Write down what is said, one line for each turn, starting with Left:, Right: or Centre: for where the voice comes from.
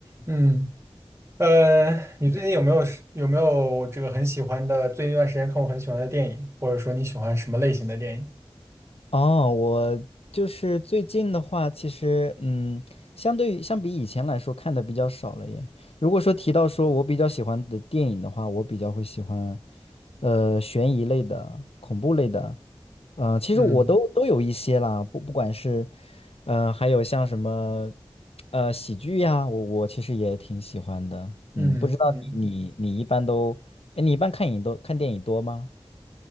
Right: 嗯，呃，你最近有没有是有没有这个很喜欢的，最近一段时间看过很喜欢的电影，或者说你喜欢什么类型的电影？
Left: 哦，我就是最近的话，其实嗯，相对于相比以前来说，看的比较少了耶。如果说提到说我比较喜欢的电影的话，我比较会喜欢，呃，悬疑类的、恐怖类的，嗯、其实我都都有一些啦，
Right: 嗯
Left: 不不管是，嗯、还有像什么，呃，喜剧呀，我我其实也挺喜欢的。
Right: 嗯嗯，
Left: 嗯，不知道你你你一般都，哎，你一般看影都看电影多吗？